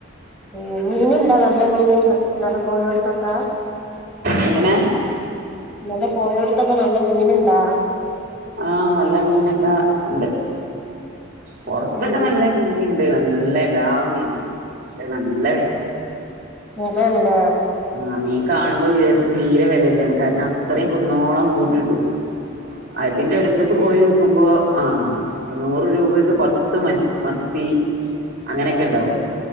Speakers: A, in the centre; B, on the right.
A: ഏ മീൻ ഇണ്ടാ നല്ല മീൻ ഇന്നല പോയോട്ത്തൊക്കെ
B: എങ്ങനെ?
A: ഇന്നല പോയടുത്തൊക്കെ നല്ല മീൻണ്ടാ
B: ആഹ് നല്ല മീനൊക്കെ ഉണ്ട് പൊറത്തൊക്കെ
A: ഉം
B: നല്ല മീനുണ്ട് നല്ല എല്ലാ മീനും ഉണ്ട് പക്ഷെ നല്ല വേലെ
A: വെലേണ് ലേ.
B: ആ മീൻ കാണുമ്പോ വിചാരിച് തീരെ വിലയില്ലാന് കാരണം അത്രയും കുന്നോളം കൂട്ടിട്ട്ക്കും. അതിന്റെ അടുത്ത്ക്ക്
A: ഉം
B: പോയി ക്കുമ്പോ ആഹ് നൂറ് രൂപക്ക് പത്ത് മത്തി. അങ്ങനെയൊക്കെ ഉണ്ടാവോളു.